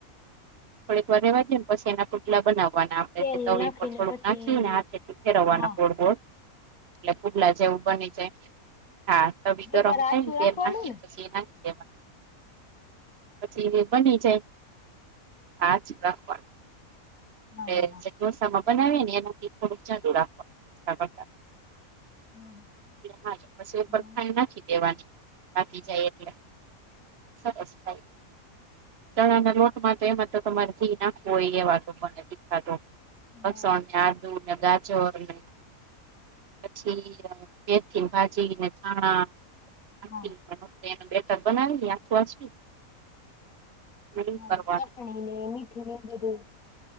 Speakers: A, on the right; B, on the left.
A: થોડીક વાર રેવા દો પછી એના પર <unintelligible> પુડલા બનાવવાના આપણેે
B: તેલ
A: તવી
B: નાખીને
A: ઉપર થોડુંક
B: પછી
A: નાખીને હાથે થી ફેરવવાના
B: હા
A: ગોળ ગોળ, એટલે પુડલા જેવું બની જાય હા તવી
B: બેટર
A: ગરમ થાય
B: આછું
A: ને
B: રાખવાનું
A: તેલ નાખી
B: ને
A: પછી એમા એમાં પછી એ બની જાય આછુ રાખવાનું
B: હા
A: એ
B: હા હા
A: જે ઢોસામાં બનાવીએ ને એનાથી થોડુંક જાડુ રાખવાનું <unintelligible>
B: હમ
A: એમાંચ પછી ઉપર
B: હા
A: ખાંડ નાખી દેવાની. પાકી જાય એટલે સરસ થાય ચણા ના લોટ માં તો એમાં તો તમારે ધી નાખવું હોય એવા તો બને કાઢો
B: હા
A: લસણ ને આદુ ને ગાજરને પછી અહ મેથીની ભાજીને, ધાણા નાખીને
B: હા
A: એનુ બેટર બનાવી આખું <unintelligible> એ
B: મરી
A: કરવાનું.
B: ચટણીને, મીઠુંને એઉ બધું